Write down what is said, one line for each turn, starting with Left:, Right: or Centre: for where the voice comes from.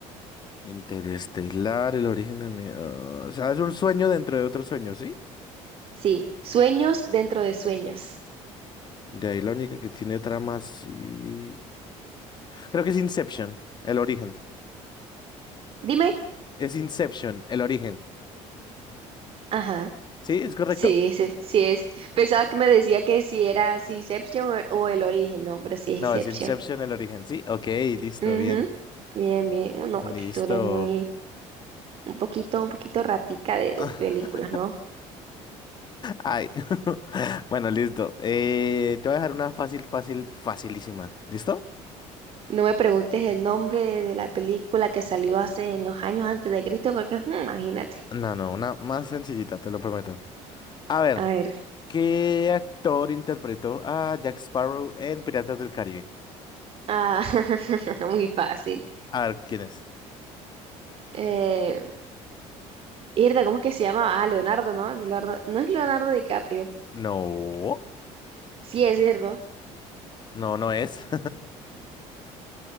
Left: Interestelar, el origen de mi... ah, o sea, es un sueño dentro de otro sueño, ¿sí?
Right: Sí, sueños dentro de sueños.
Left: De ahí la única que tiene tramas y... Creo que es Inception, el origen.
Right: Dime.
Left: Es Inception, el origen.
Right: Ajá.
Left: ¿Sí? ¿Es correcto?
Right: Sí, ese, sí es. Pensaba que me decía que si era si Inception o, o el origen, no, pero sí es
Left: No,
Right: Inception.
Left: es Inception, el origen, ¿sí? Ok, listo,
Right: Ujú.
Left: bien.
Right: Bien, bien. Uh, No,
Left: Listo.
Right: que tú eres muy, un poquito, un poquito ratica de,
Left: <laughs>
Right: de películas, ¿no?
Left: Ay. <laughs> Bueno, listo. Eh, te voy a dejar una fácil, fácil, facilísima. ¿Listo?
Right: No me preguntes el nombre de, de la película que salió hace en los años antes de Cristo, porque mm, imagínate.
Left: No, no, una más sencillita, te lo prometo. A ver.
Right: A ver.
Left: ¿Qué actor interpretó a Jack Sparrow en Piratas del Caribe?
Right: Ah, <laughs> muy fácil.
Left: A ver, ¿quién es?
Right: Eh, Irda, ¿cómo es que se llama? Ah, Leonardo, ¿no? Leonardo, no es Leonardo DiCaprio.
Left: No,
Right: Sí, es cierto.
Left: no, no es.